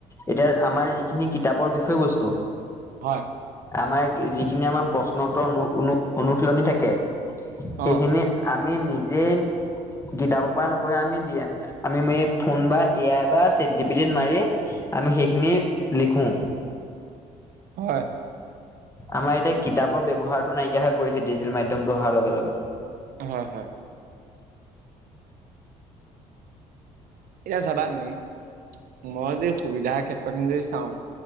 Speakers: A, on the left; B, on the right.
A: এতিয়া আমাৰ যিখিনি কিতাপৰ বিষয় বস্ত
B: হয়
A: আমাৰ যিখিনি আমাৰ প্ৰশ্নোত্তৰ অনুশীলনী থাকে সেইখিনি
B: অ
A: আমি নিজ যে কিতাপৰ পৰা নকৰি আমি দিয়ে আমি ফোন বা এ আই বা চেট জি পি টিত মাৰি আমি সেইখিনি লিখো।
B: হয়।
A: আমাৰ এতিয়া কিতাপৰ ব্যৱহাৰটো নাইকিয়া হৈ পৰিছে ডিজিটেল মাধ্যমটো অহাৰ লগে লগে।
B: হয়, হয়। এতিয়া চাবা তুমি মই যে সুবিধাৰ ক্ষেত্ৰ খিনি যদি চাওঁ